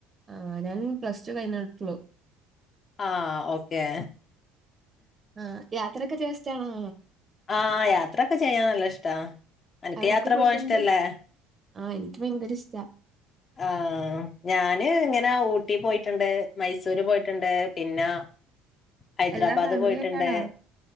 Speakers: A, on the right (about 30°); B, on the left (about 40°).
A: ആ് ഞാൻ പ്ലസ് ടു കഴിഞ്ഞിട്ടുള്ളു
B: ആഹ ഓക്കേ
A: ആ യാത്രക്കൊ ചെയ്യാ ഇഷ്ട്ടാണോ
B: ആഹ യാത്രൊക്കെ ചെയ്യാ നല്ല ഇഷ്ടാ. അനക്ക്
A: അവിടേക്കെ
B: യാത്ര
A: പോയിട്ടുണ്ട്?
B: പോവാൻ ഇഷ്ടല്ലേ
A: ആഹ എനിക്ക് ഭയങ്കര ഇഷ്ടാ
B: ആഹ ഞാന് ഇങ്ങനെ ഊട്ടി പോയിട്ടുണ്ട് മൈസൂര് പോയിട്ടുണ്ട് പിന്നാ... ഹൈദരാബാദ്
A: എല്ലാ ഫാമിലി
B: പോയിട്ടുണ്ട്
A: ആയിട്ടാണോ